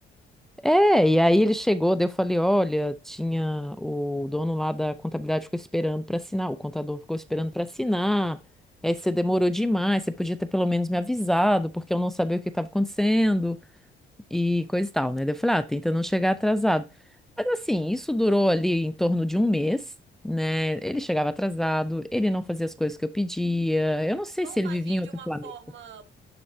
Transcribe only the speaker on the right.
Ou
fazia
de
uma
forma